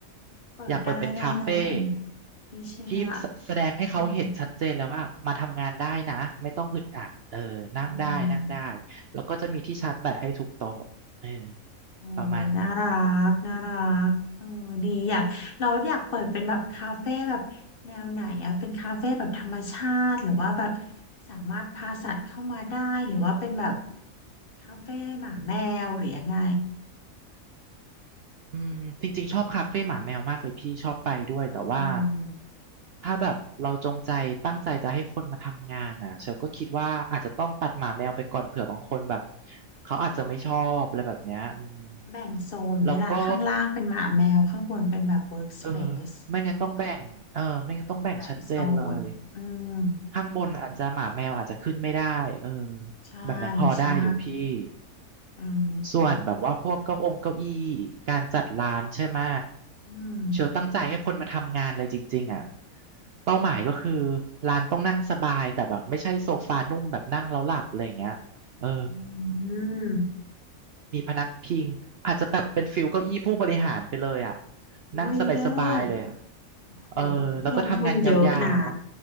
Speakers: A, on the left; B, on the right.
A: เปิดได้แน่นอน
B: อยากเปิดเป็นคาเฟ่
A: พี่เชื่อ
B: ที่แสแสดงให้เขาเห็นชัดเจนแล้วว่ามาทำงานได้นะไม่ต้องอึดอัดเออนั่งได้นั่งได้
A: อืมอืม
B: แล้วก็จะมีที่ชาร์จแบตให้ทุกโต๊ะเออ
A: โอ้ยน่ารักน่ารักเออดีอยากเราอยากเปิดเป็นแบบคาเฟ่แบบแนวไหนอะเป็นคาเฟ่แบบธรรมชาติหรือว่าแบบ
B: ประมาณนี้
A: สามารถพาสัตว์เข้ามาได้หรือว่าเป็นแบบคาเฟ่หมาแมวหรือยังไง
B: อืมจริงๆชอบคาเฟ่หมาแมวมากเลยพี่ชอบไปด้วยแต่ว่า
A: เออ
B: ถ้าแบบเราจงใจตั้งใจจะให้คนมาทำงานน่ะเชลก็คิดว่าอาจจะต้องตัดหมาแมวไปก่อนเผื่อบางคนแบบเขาอาจจะไม่ชอบอะไรแบบเนี้ยอืม
A: แบ่งโซนไหมล่ะข้างล่างเป็นหมาแมวข้างบนเป็นแบบ
B: แล้วก็
A: workspace
B: เออไม่งั้นต้องแบ่งเออไม่งั้นต้องแบ่งชัดเจนเลย
A: เออแบ่งโซนอืม
B: ข้างบนอาจจะหมาแมวอาจจะขึ้นไม่ได้เออ
A: ใช่
B: แบบนั้นพอได้อยู่พี่
A: ใช่เออ
B: ส่วนแบบว่าพวกเก้าองเก้าอี้การจัดร้านใช่ไหม
A: อืม
B: เชลตั้งใจให้คนมาทำงานเลยจริงๆอ่ะเป้าหมายก็คือร้านต้องนั่งสบายแต่แบบไม่ใช่โซฟานุ่มแบบนั่งแล้วหลับอะไรอย่างเงี้ยเออ
A: อืมอืม
B: มีพนักพิงอาจจะแบบเป็นฟิลเก้าอี้ผู้บริหารไปเลยอ่ะ
A: อุ้ยเลิศ
B: นั่งสบายๆเลยอ่ะ
A: โหนี่ลงทุนเยอะนะ
B: เออแล้วก็ทำงานยาว